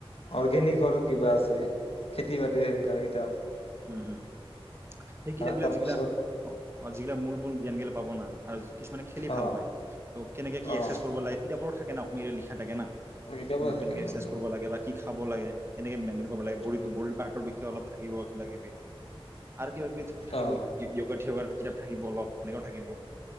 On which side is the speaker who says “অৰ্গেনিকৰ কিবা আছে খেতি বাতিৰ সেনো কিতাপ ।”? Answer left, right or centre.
Left